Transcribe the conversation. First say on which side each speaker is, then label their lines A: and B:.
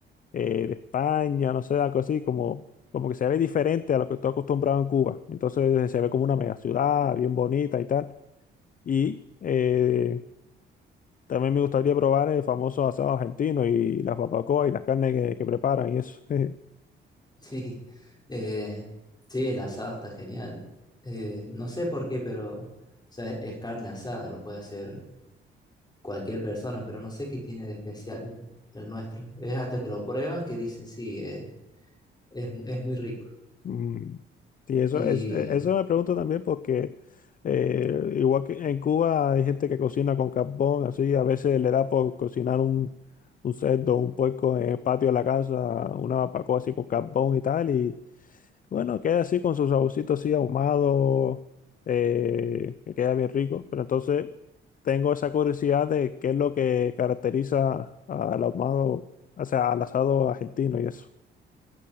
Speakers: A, on the left; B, on the left.
A: eh, de España, no sé, algo así, como, como que se ve diferente a lo que estoy acostumbrado en Cuba. Entonces se ve como una mega ciudad, bien bonita y tal. Y eh, también me gustaría probar el famoso asado argentino y las barbacoas y las carnes que, que preparan y eso. <laughs>
B: Sí, eh, sí, el asado está genial. Eh, no sé por qué, pero o sea, es carne asada, lo puede hacer cualquier persona, pero no sé qué tiene de especial el, el nuestro. Es hasta que lo prueban que dicen, sí, eh, es, es muy rico.
A: Mm, Sí, eso
B: Y
A: es, e- eso me pregunto también porque eh, igual que en Cuba hay gente que cocina con carbón, así a veces le da por cocinar un, un cerdo, un puerco en el patio de la casa, una barbacoa así con carbón y tal, y bueno, queda así con su saborcito así ahumado, eh, que queda bien rico, pero entonces tengo esa curiosidad de qué es lo que caracteriza al ahumado, o sea, al asado argentino y eso.